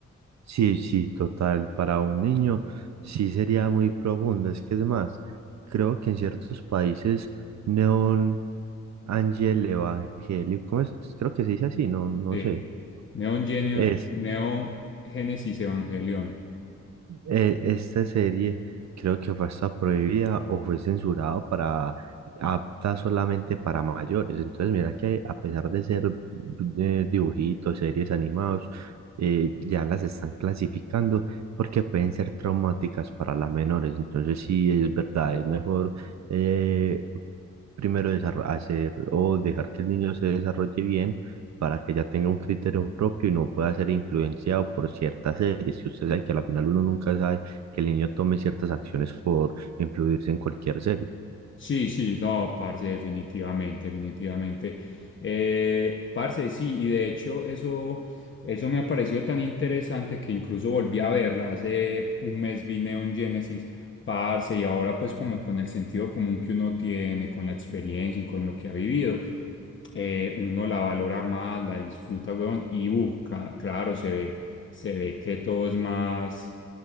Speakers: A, on the right; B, on the left.
A: Sí, sí, total, para un niño sí sería muy profundo. Es que es más, creo que en ciertos países neón ángel evangélico, ¿cómo es? Creo que se dice así, no, no
B: Sí.
A: sé.
B: Neon Genio-
A: Es
B: Neo Génesis Evangelion.
A: eh, esta serie creo que fue hasta prohibida o fue censurada para apta solamente para mayores. Entonces, mira que a pesar de ser eh, dibujitos, series animados, eh, ya las están clasificando porque pueden ser traumáticas para las menores. Entonces, sí, es verdad, es mejor eh, primero desarro- hacer o dejar que el niño se desarrolle bien para que ya tenga un criterio propio y no pueda ser influenciado por ciertas series. Y usted sabe que a la final uno nunca sabe que el niño tome ciertas acciones por influirse en cualquier serie.
B: Sí, sí, no, parce, definitivamente, definitivamente. Eh, parce, sí, y de hecho eso, eso me ha parecido tan interesante que incluso volví a verla. Hace un mes vi Neon Genesis, parce, y ahora pues como con el sentido común que uno tiene, con la experiencia y con lo que ha vivido, eh, uno la valora más, la disfruta, weón, y uh, ca- claro, se ve, se ve que todo es más,